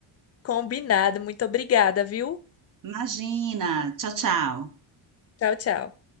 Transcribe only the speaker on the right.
Imagina. Tchau, tchau.